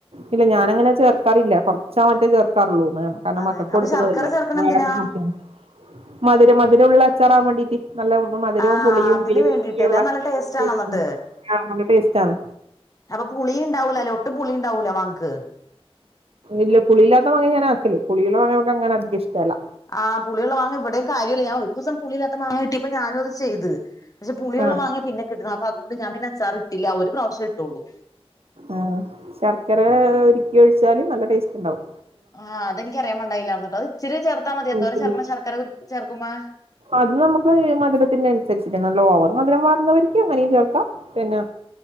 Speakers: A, on the right; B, on the left.
A: ഇല്ലാ ഞാനങ്ങനെ ചേർക്കാറില്ലാ കൊറച്ചോ മറ്റോ ചേർക്കാറുള്ളൂ <unintelligible> കാരണം
B: അതെല്ലേ
A: മക്കക്ക് കൊടുക്കുന്നതല്ലേ
B: അപ്പൊ ശർക്കര ചേർക്കണ
A: വയറിന്
B: എന്തിനാ
A: <unintelligible> മധുരം മധുരൊള്ള അച്ചാറാവാൻ വേണ്ടീട്ട് നല്ല മധുരവും
B: ആഹ്
A: പുളിയും
B: അതിന്
A: എരുവും
B: വേണ്ടിട്ടല്ലേ
A: ഒക്കെയുള്ള
B: അത് നല്ല ടേസ്റ്റ്
A: <unintelligible>
B: ആണോ എന്നിട്ട്
A: ആഹ് നല്ല ടേസ്റ്റാണ്
B: അപ്പൊ പുളി ഇണ്ടാവൂലാല്ലോ ഒട്ടും പുളി ഇണ്ടാവൂലാ മാങ്ങക്ക്
A: ഇല്ല പുളിയില്ലാത്ത മാങ്ങ ഞാൻ ആക്കല് പുളിയുള്ള മാങ്ങ നമ്മക്ക് അങ്ങനെ അധികം ഇഷ്ട്ടല്ലാ
B: ആഹ് പുളിയുള്ള മാങ്ങാ ഇവിടെയും കാര്യല്ല ഞാ ഒരു ദിവസം പുള്ളിയില്ലാത്ത മാങ്ങ കിട്ടിയപ്പ ഞാനും അത് ചെയ്ത് പക്ഷെ പുളിയുള്ള
A: ആ
B: മാങ്ങയാ പിന്നെ കിട്ടുന്നത് അതൊണ്ട് ഞാ പിന്നെ അച്ചാറിട്ടില്ലാ ഒരു പ്രാവശ്യം ഇട്ടുള്ളൂ
A: ആഹ് ശർക്കര ഉരുക്കി ഒഴിച്ചാലും നല്ല ടേസ്റ്റ് ഇണ്ടാവും
B: ആഹ് അതെനിക്കറിയാ പാടിണ്ടായില്ലാർന്നൂട്ടോ അത് ഇച്ചിരി ചേർത്താ മതി
A: ഒഴിക്കല്
B: എന്തോരം ചേർക്കണം ശർക്കര ഉരുക്കി ചേർക്കുമ്പെ
A: അത് നമ്മക്ക് ഏഹ് മധുരത്തിനുസരിച്ചിട്ട് നല്ല ഓവർ മധുരം വേണ്ന്നവരിക്ക് അങ്ങനെയും ചേർക്കാം പിന്നാ